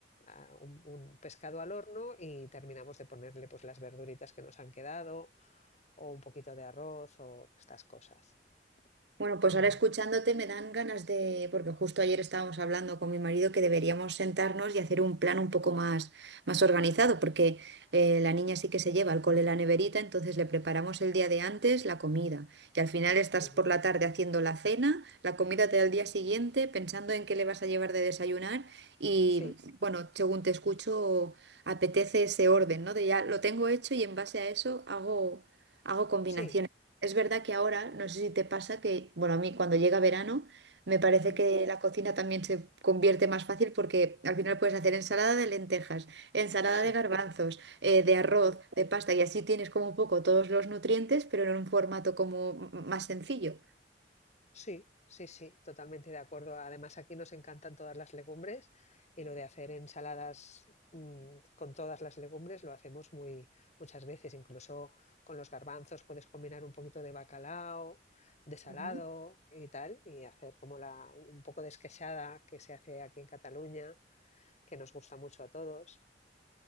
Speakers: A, on the left; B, on the right.
A: a un, un pescado al horno y terminamos de ponerle pues las verduritas que nos han quedado o un poquito de arroz o estas cosas.
B: Bueno, pues
A: Mm,
B: ahora escuchándote me dan ganas de, porque justo ayer estábamos hablando con mi marido que deberíamos sentarnos y hacer un plan un poco más, más organizado, porque eh, la niña sí que se lleva al cole la neverita, entonces le preparamos el día de antes la comida y al final estás
A: mm,
B: por la tarde haciendo la cena, la comida te da el día siguiente pensando en qué le vas a llevar de desayunar y
A: sí,
B: bueno, según te escucho, apetece ese orden, ¿no? De ya lo tengo hecho y en base a eso hago, hago combinaciones.
A: sí,
B: Es verdad que ahora, no sé si te pasa que, bueno, a mí cuando llega verano me parece
A: mm,
B: que la cocina también se convierte más fácil porque al final puedes hacer ensalada de lentejas, ensalada
A: sí,
B: de garbanzos, eh, de arroz,
A: sí.
B: de pasta y así tienes como un poco todos los nutrientes, pero en un formato como m- más sencillo.
A: Sí, sí, sí, totalmente de acuerdo. Además, aquí nos encantan todas las legumbres y lo de hacer ensaladas mm, con todas las legumbres lo hacemos muy muchas veces. Incluso con los garbanzos puedes combinar un poquito de bacalao, de salado
B: Ujú.
A: y tal, y hacer como la, un poco de esqueixada que se hace aquí en Cataluña, que nos gusta mucho a todos.